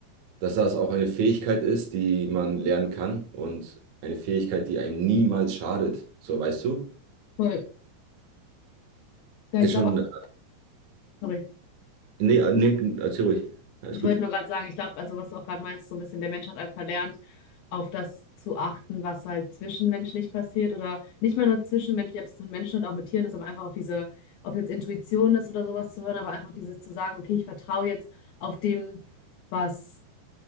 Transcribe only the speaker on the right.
dass das auch eine Fähigkeit ist, die man lernen kann und eine Fähigkeit, die einem niemals schadet. So, weißt du?
Ist
schon,
nee, äh, nee, erzähl ruhig. Alles
gut.